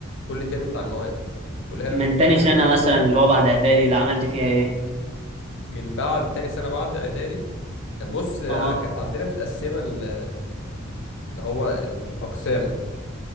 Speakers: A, on the left; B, on the right.
A: كل ترم بتاع المواد الكلية هي اللي
B: من
A: بتختار
B: تاني
A: الكلام
B: سنة
A: ده
B: مثلا اللي هو بعد اعدادي ده عملت فيها ايه
A: من بعد تاني سنة بعد إعدادي بص آه،
B: اه
A: كانت عندنا متقسمة ال- اللي هو الأقسام